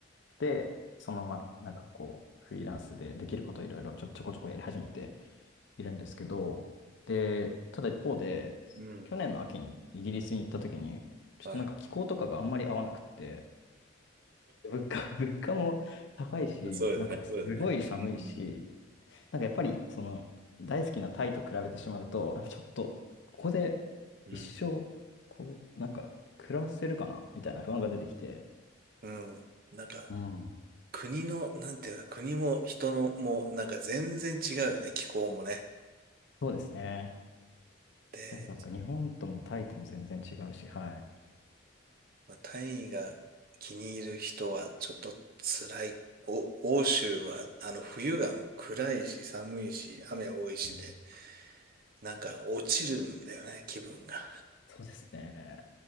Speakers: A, on the left; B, on the right.
A: で、そのまま、なんかこう、フリーランスでできることいろいろちょ、ちょこちょこやり始めているんですけど、で、ただ一方で、
B: うん。
A: 去年の秋にイギリスに行った時に、ちょっとなんか気候とかがあんまり合わなくって、
B: はい。
A: 物価、物価も高いし、
B: そうですね。
A: なんかすごい寒いし、
B: そうですね。うん、
A: なんかやっぱり、その、大好きなタイと比べてしまうと、やっぱちょっと、ここで
B: うん。
A: 一生、こう、なんか、暮らせるかなみたいな不安が出てきて、
B: うん。うんなんか、
A: うん。
B: 国の、なんていうか、国も人の、もなんか全然違うよね。気候もね。
A: そうですね。
B: で
A: やっぱなんか日本ともタイとも全然違うし、はい。
B: まあ、単位が気に入る人はちょっと辛い。お、欧州はあの冬が暗いし寒いし雨多いしで、
A: うん
B: なんか落ちるんだよね、気分が。
A: そうですね。